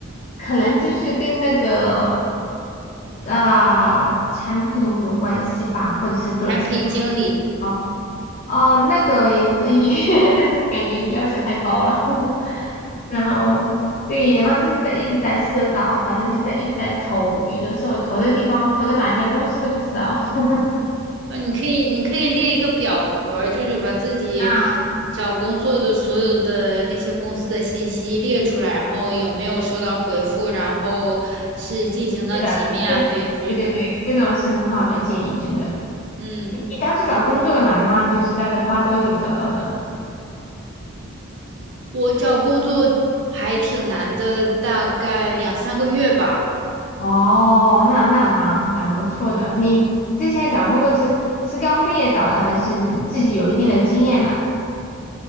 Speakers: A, on the left; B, on the right.
A: 可能就是跟那个啊、产品有关系吧，或者是做。
B: 产品经理。
A: 哦，哦，那个也可以，<laughs> 但是感觉要求太高了。<laughs> 然后对，然后就是在一直在试着找，反正就是在一直在投，有的时候投的地方投的哪家公司都不知道。<laughs>
B: 呃，你可以你可以列一个表格儿就是把自己
A: 啊，
B: 找工作的所有的那些公司的信息列出来，然后有没有收到回复，然后是进行到几面啊，
A: 是的，对对对对，
B: 被拒的。
A: 这种是很好的建议，真的。
B: 嗯，
A: 你你当时找工作难吗？就是大概花多久找到的？
B: 我找工作还挺难的，大概两三个月吧。
A: 哦，那那蛮蛮不错的。你之前找工作是是刚毕业找的，还是自己有一定的经验的？